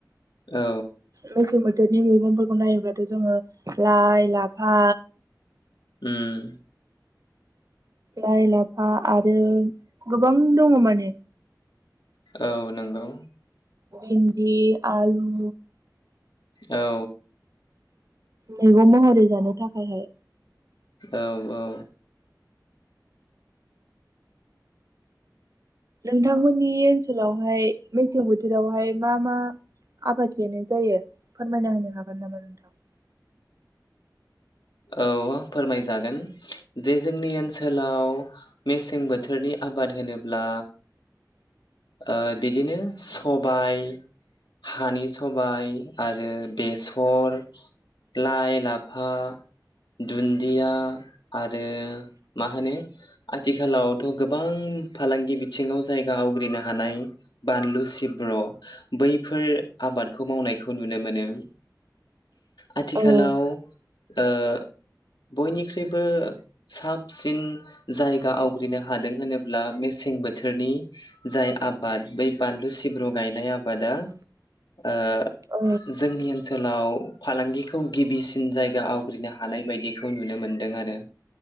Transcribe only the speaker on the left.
औ
उम
औ नोंगौ
औ
औ-औ
औ फोरमायजागोन जे जोंनि ओनसोलाव मेसें बोथोरनि आबाद होनोब्ला ओ बिदिनो सबाय हानि सबाय आरो बेसर लाइ लाफा दुन्दिया आरो मा होनो आथिखालावथ' गोबां फालांगि बिथिङाव जायगा आवग्रिनो हानाय बानलु सिब्र' बैफोर आबादखौ मावनायखौ नुनो मोनो। आथिखालाव
ओ बयनिख्रुइबो साबसिन जायगा आवग्रिनो हादों होनोब्ला मेसें बोथोरनि जाय आबाद बै बानलु सिब्रु गायनाय आबादा ओ
जोंनिल सोलाव फालांगिखौ गिबिसिन जायगा आव ग्रिनो हानाय बायदिखौ नुनो मोन्दों आरो।